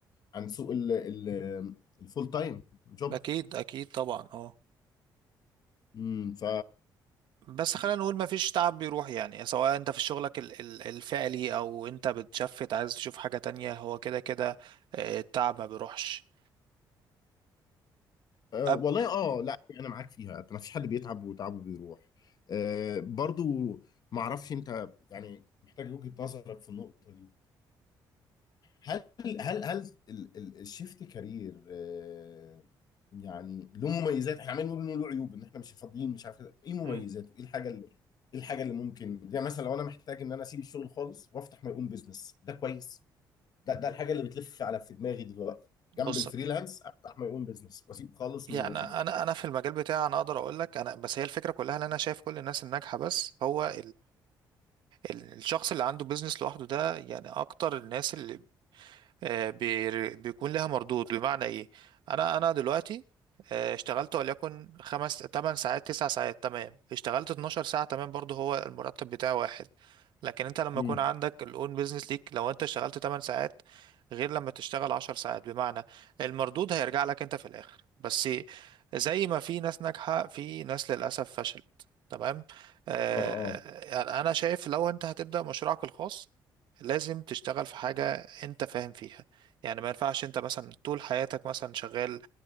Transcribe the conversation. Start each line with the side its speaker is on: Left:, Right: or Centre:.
Left: عن سوق ال- ال- الفول تايم جوب
Right: اكيد اكيد طبعا اه
Left: امم ف
Right: بس خلينا نقول ما فيش تعب بيروح يعني سواء انت في شغلك ال- ال- الفعلي او انت بتشفت عايز تشوف حاجة تانية هو كده كده آه، التعب ما بيروحش
Left: آه،
Right: أب...
Left: والله اه لا يعني انا معاك فيها ما فيش حد بيتعب وتعبه بيروح آه برضو ما اعرفش انت يعني محتاج وجهة نظرك في النقطة دي هل هل هل ال- ال- الشيفت كارير آه، يعني له مميزات احنا عمالين نقول انه له عيوب ان احنا مش فاضيين مش عارف كده. ايه مميزاته
Right: مم.
Left: ايه الحاجه اللي ايه الحاجه اللي ممكن زي مثلا لو انا محتاج ان انا اسيب الشغل خالص وافتح ماي اون بزنس ده كويس ده ده الحاجه اللي بتلف على في دماغي دلوقتي جنب
Right: بص
Left: الفريلانس افتح ماي اون بزنس واسيب خالص
Right: يعني
Left: من وظيفه
Right: انا انا في المجال بتاعي انا اقدر اقول لك انا بس هي الفكرة كلها ان انا شايف كل الناس الناجحة بس هو ال- الشخص اللي عنده بيزنس لوحده ده يعني اكتر الناس اللي آه، بير- بيكون لها مردود بمعنى ايه انا انا دلوقتي آه، اشتغلت وليكن خمس تمن ساعات تسع ساعات تمام اشتغلت 12 ساعة تمام برضه هو المرتب بتاعه واحد لكن انت لما
Left: امم
Right: يكون عندك الاون بيزنس ليك لو انت اشتغلت 8 ساعات غير لما تشتغل 10 ساعات بمعنى المردود هيرجع لك انت في الاخر بس زي ما في ناس ناجحة في ناس للأسف فشلت تمام آه،
Left: اه اه
Right: يعني انا شايف لو انت هتبدأ مشروعك الخاص لازم تشتغل في حاجة انت فاهم فيها يعني ما ينفعش انت مثلا طول حياتك مثلا شغال